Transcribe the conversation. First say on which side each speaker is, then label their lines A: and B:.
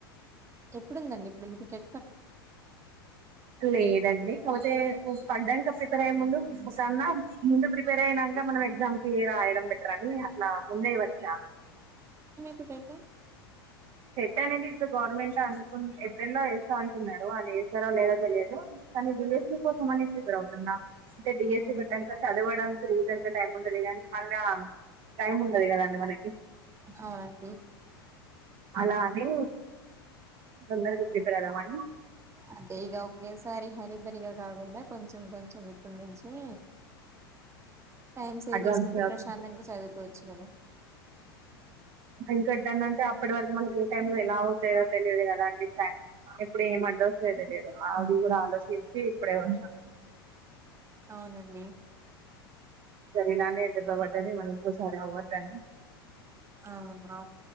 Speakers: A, on the right; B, on the right.
A: ఎప్పుడుందండి ఇప్పుడు వీకే
B: లేదండి కాకపోతే పడ్డాకా ప్రిపేర్ అయ్యే ముందు కాన్న ముందే ప్రిపేర్ అయిన కా మనం ఎగ్జామ్ కి రాయడం బెటర్ అని అట్లా ముందే వచ్చా
A: కుటేస
B: సెట్ అనేది ఇప్పుడు గవర్నమెంట్ అనుకు ఏప్రిల్ లో వేస్తా అంటున్నారు అది సెరవ్ లేదో తెలియదు కానీ డిఎస్సి కోసం అని ప్రిపేర్ అవుతున్న, అంటే డిఎస్సి
A: ఉమ్,
B: చదవడానికి రీజన్ టై ఉండది కానీ మల్లా టైం ఉండదు కదా మనకి.
A: అవునండి
B: అలా అని తొందరగా ప్రిపేర్ అవుదాంమని
A: అదే ఇగా ఒకేసారి హరిభరిగా కాకుండా కొంచెం కొంచెం ఇప్పుడు నుంచే టైం సేవ్
B: అడ్వాన్స్
A: చేసుకుంటే ప్రశాంతంగా చదువుకోవచ్చు లేదా
B: ఇంకందంటే అప్పటి వరకు మనకి ఏ టైమ్ లో ఎలా అవుతాయో తెలిదు గదా అండి ఎప్పుడు ఏం అడ్ వస్ తేలియదు అది కూడా ఆలోచించి ఇప్పుడే వచ్చా
A: అవునండి
B: ఒక సరి ఇలానే దేబ్బ పడ్డ ది మనం ఇంకోసారి అవ్వద్దని
A: అవునవును